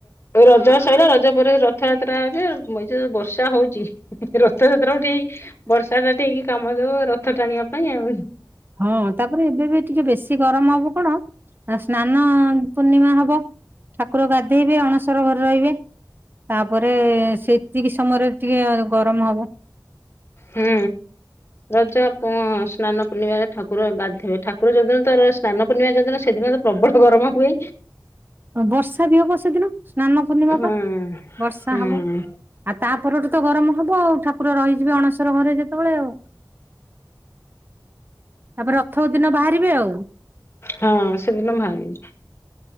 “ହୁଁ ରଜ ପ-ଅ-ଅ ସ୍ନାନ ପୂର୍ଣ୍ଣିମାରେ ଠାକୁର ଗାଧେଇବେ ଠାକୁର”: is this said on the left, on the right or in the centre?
Left